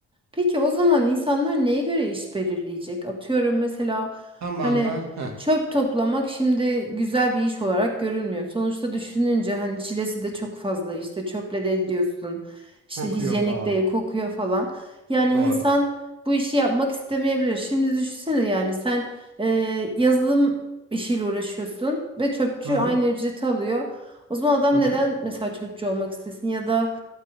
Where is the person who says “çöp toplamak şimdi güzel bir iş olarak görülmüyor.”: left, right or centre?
Right